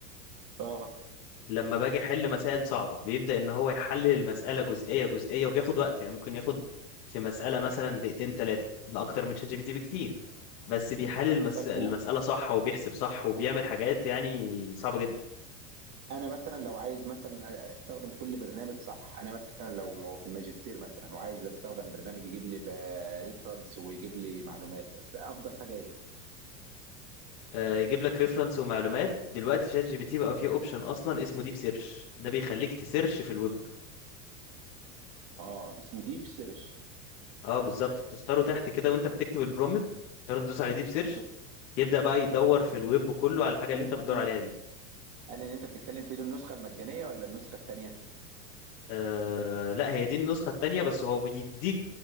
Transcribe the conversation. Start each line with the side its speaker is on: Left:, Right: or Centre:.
Right: اه
Left: لما باجي احل مسائل صعبه بيبدا ان هو يحلل المساله جزئيه جزئيه وبياخد وقت يعني ممكن ياخد في مساله مثلا دقيقتين ثلاثه ده اكتر من شات جي بي تي بكتير بس بيحلل المس...
Right: طيب
Left: المساله صح وبيحسب صح وبيعمل حاجات يعني صعبه جدا
Right: انا مثلا لو عايز مثلا استخدم كل برنامج صح انا مثلا لو في الماجستير مثلا وعايز استخدم برنامج يجيب لي ريفرنس ويجيب لي معلومات أست- افضل حاجه ايه
Left: آه، يجيب لك ريفرنس ومعلومات دلوقتي شات جي بي تي بقى فيه اوبشن اصلا اسمه ديب سيرش ده بيخليك تسيرش في الويب
Right: اه اسمه ديب سيرش
Left: اه بالظبط تختاره تحت كده وانت بتكتب البرومت تقدر تدوس على ديب سيرش
Right: بس
Left: يبدا بقى يدور في الويب كله على الحاجه
Right: قال
Left: اللي انت
Right: ده
Left: بتدور عليها دي
Right: قال ان انت بتتكلم فيه دي النسخه المجانيه ولا النسخه الثانيه
Left: آه لا هي دي النسخة التانية بس هو بيديك